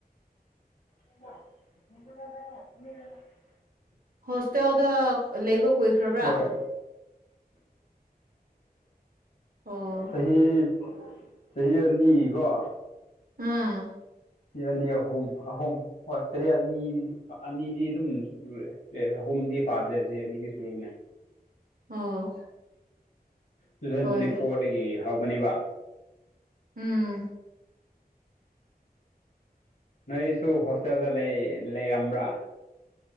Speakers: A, on the left (about 65°); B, on the right (about 60°).
A: ꯏ ꯀ ꯏꯗꯅ
B: ꯍꯣꯁꯇꯦꯜꯗ ꯂꯩꯕ ꯀꯨꯏꯈ꯭ꯔꯕ꯭ꯔꯥ
A: ꯍꯣꯏ
B: ꯑꯣ
A: ꯆꯍꯤ ꯍ ꯆꯍꯤ ꯑꯅꯤꯒꯤꯀꯣ
B: ꯎꯝ
A: ꯆꯍꯤ ꯑꯅꯤ ꯑꯍꯨꯝ ꯑꯍꯨꯝ ꯍꯣꯏ ꯆꯍꯤ ꯑꯅꯤ ꯑꯅꯤꯗꯤ ꯑꯗꯨꯝ ꯁꯨꯔꯑꯦ ꯑꯦ ꯑꯍꯨꯝꯗꯤ ꯐꯥꯗ꯭ꯔꯦ ꯁꯤ ꯑꯅꯤꯗꯤ ꯁꯨꯔꯕꯅꯦ
B: ꯑꯣ
A: ꯇꯨ ꯊꯥꯎꯖꯟ
B: ꯍꯣꯏ
A: ꯇ꯭ꯋꯦꯟꯇꯤ ꯐꯣꯔꯗꯒꯤ ꯍꯧꯕꯅꯦꯕ
B: ꯎꯝ
A: ꯅꯣꯏꯁꯨ ꯍꯣꯁꯇꯦꯜꯗ ꯂꯩꯔꯝꯕ꯭ꯔꯥ